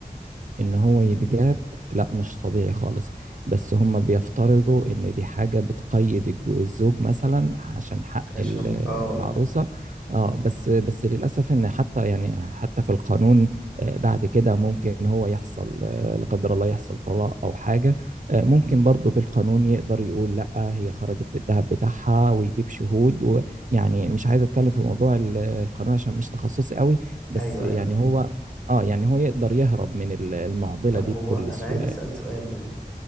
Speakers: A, on the right (about 50°); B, in the centre.
A: ان هو يتجاب لا مش طبيعي خالص بس هم بيفترضوا ان دي حاجة بتقيد الج- الزوج مثلا عشان حق
B: عشان
A: ال-
B: اه
A: العروسة اه بس بس للاسف ان حتى يعني حتى في القانون آه، بعد كده ممكن هو يحصل آه، لا قدر الله يحصل طلاق او حاجة آه، ممكن برضه بالقانون يقدر يقول لا هي خرجت بالذهب بتاعها ويجيب شهود ويعني مش عايز اتكلم في موضوع ال- القانون عشان مش تخصصي قوي بس
B: ايوه
A: يعني
B: ايوه
A: هو اه يعني هو يقدر يهرب من ال- المعضلة
B: طب
A: دي
B: هو
A: بكل
B: انا
A: سهولة
B: عايز اسال سؤال برضه